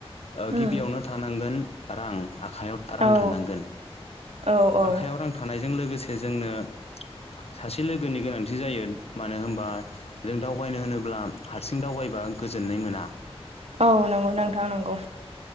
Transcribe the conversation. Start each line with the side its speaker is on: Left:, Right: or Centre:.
Left: ओ
Right: उम
Left: गिबियावनो थानांगोन रां। आखायाव रां
Right: औ
Left: थानांगोन
Right: औ औ
Left: आखाइयाव रां थानायजों लोगोसे जोंनो सासे लोगोनि गोनांथि जायो मानो होनबा जों दावबायनो होनोब्ला हारसिं दावबायबा गोबां गोजोननाय मोना।
Right: औ नंगौ नोंथां नंगौ।